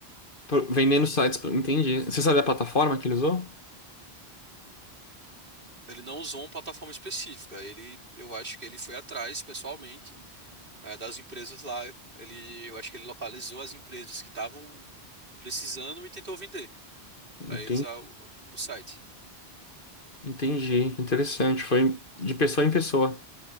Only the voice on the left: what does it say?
Por- Vendendo sites, pra- entendi. Você sabe a plataforma que ele usou?
Entendi,
entendi. Interessante. Foi de pessoa em pessoa.